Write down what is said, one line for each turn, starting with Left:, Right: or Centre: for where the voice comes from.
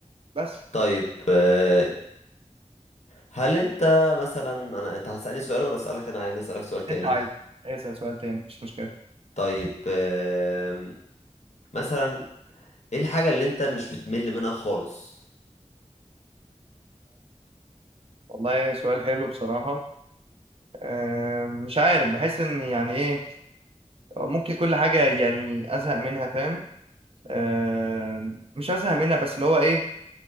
Right: بس
Left: طيب آه، هل انت مثلا انا انت هتسألني سؤال ولا اسألك انا عايز اسألك سؤال تاني
Right: انت عايز اسال سؤال تاني مش مشكله
Left: طيب آم، مثلا ايه الحاجة اللي انت مش بتمل منها خالص
Right: والله سؤال حلو بصراحة أم، مش عارف بحس ان يعني ايه ممكن كل حاجة يعني ازهق منها فاهم أم، مش ازهق منها بس اللي هو ايه